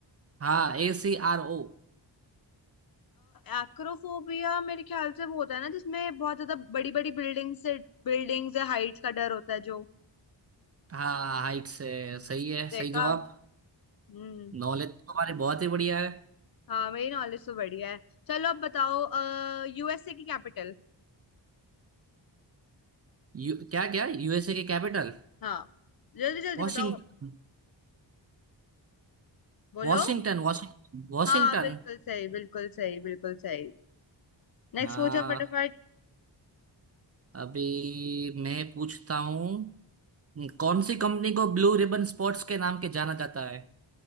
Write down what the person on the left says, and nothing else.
एक्रोफोबिया मेरे ख्याल से वो होता है ना जिसमें बहुत ज्यादा बड़ी बड़ी बिल्डिंग से बिल्डिंग्स या हाइट्स का डर होता है जो
देखा
हम्म
हाँ मेरी नॉलेज तो बढ़िया है चलो अब बताओ अः यूएसए की कैपिटल
हाँ जल्दी जल्दी
बताओ बोलो
हाँ बिल्कुल सही बिल्कुल सही बिल्कुल सही नेक्स्ट
पूछो फटाफट